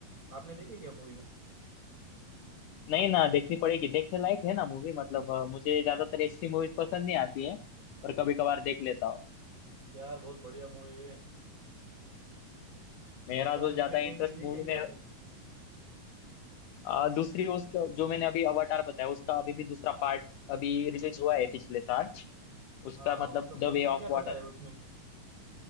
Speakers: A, on the right; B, on the left.
A: आपने देखी क्या मूवी
B: नहीं ना देखनी पड़ेगी देखने लायक है ना मूवी मतलब अ, मुझे ज्यादातर ऐसी मूवीज पसंद नहीं आती है पर कभी कभार देख लेता हूँ
A: यार बहुत बढ़िया मूवी है
B: मेरा
A: और तो और
B: जो
A: दूसरी
B: ज्यादा
A: कौन
B: इंटरेस्ट
A: सी देखी
B: मूवी
A: है
B: में
A: क्या आपने
B: अ, दूसरी उसका जो मैंने अभी अवाटार बताया उसका अभी भी दूसरा पार्ट अभी रिलीज हुआ है पिछले साल उसका
A: हाँ हाँ
B: मतलब
A: मतलब
B: द
A: उसमें
B: वे ऑफ
A: क्या बताया
B: वाटर
A: उसमें